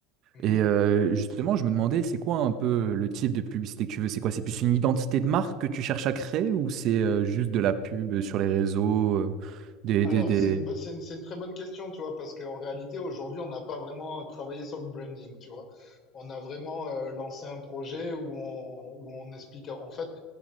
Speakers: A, on the left (about 40°); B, on the right (about 50°).
A: Mhm.
B: Et euh, justement, je me demandais, c'est quoi un peu le type de publicité que tu veux? C'est quoi? C'est plus une identité de marque que tu cherches à créer ou c'est euh, juste de la pub sur les réseaux, euh, des,
A: Alors,
B: des, des...
A: c'est une, bo- c'est une, c'est une très bonne question, tu vois, parce qu'en réalité, aujourd'hui, on n'a pas vraiment euh, travaillé sur le branding, tu vois. On a vraiment euh, lancé un projet où on, où on explique, en fait,